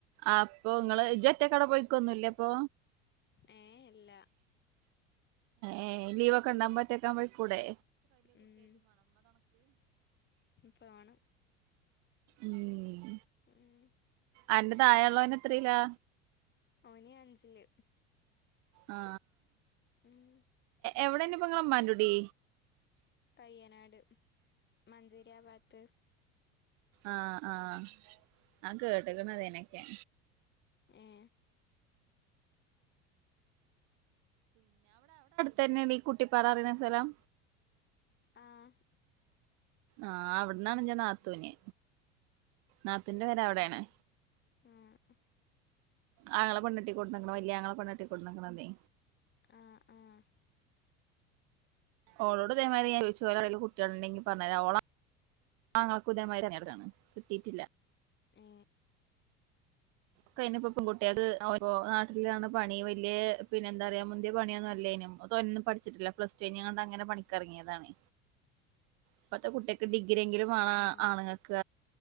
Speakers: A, on the right; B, on the left.
A: അപ്പൊ ഇങ്ങള് ഇജ്ജ്ഒറ്റക്ക് അവിടെ പോയിനിക്കലൊന്നും ല്ലെ അപ്പൊ
B: ഏ അല്ല
A: ഏ ലീവൊക്കെ ഉണ്ടാവുമ്പോ ഒറ്റക്കാണ്ട് പോയികൂടെ
B: ഉം പോണം
A: ഉം
B: ഉം
A: അന്റെ തായെള്ളോന് എത്രലാ
B: ഓന് അഞ്ചില്
A: ആ
B: ഉം
A: എവിടെന്നപ്പം ഇങ്ങളെ മ്മാന്റെ കുടി
B: പയ്യനാട് മഞ്ചേരി ആബാത്‌
A: ആഹ ആഹ് ആ കേട്ടക്കണതനൊക്കെ
B: ഏ
A: തെന്നെടി കുട്ടി പാറ പറയുന്ന സ്ഥലം
B: ആഹ
A: ആഹ അവിടന്നാണ് എന്റെ നാത്തൂന് നാത്തൂന്റെ പെര അവിടെയാണ്
B: ആഹ
A: ആങ്ങള പെണ്ണേട്ടികൊടുന്നക്കണ് വല്ല്യ ആങ്ങള പെണ്ണേട്ടികൊടുന്നക്ക്ണ്ന്നെ
B: ആഹ് ആഹ്
A: ഓളോട് ഇതെമാരി ഞാൻ ചോയിച്ചു ഓളെ കയ്യിൽ കുട്ടികള ഉണ്ടെങ്കി പറഞ്ഞരാൻ ഓള ആങ്ങൾകും ഇതെമരിതന്നേണ് കിട്ടീട്ടില്ല
B: ഏ
A: കഴിഞ്ഞപ്പൊ പെൺകുട്ടികള് ഓരോ നാട്ടിലാണ് പണി വല്ല്യ പിന്നെ എന്താറിയോ മുന്തിയ പണിയൊന്നും അല്ലേനും ഒന്നും പഠിച്ചിട്ടില്ല പ്ലസ് ടു കഴിഞ്ഞുട്ട അങ്ങനെ പണിക്കിറങ്ങിയതാണ് ഇപ്പത്തെ കുട്ടിയക്ക് ഡിഗ്രിെങ്കിലും വേണ
B: ആഹ്
A: ആണുങ്ങക്ക്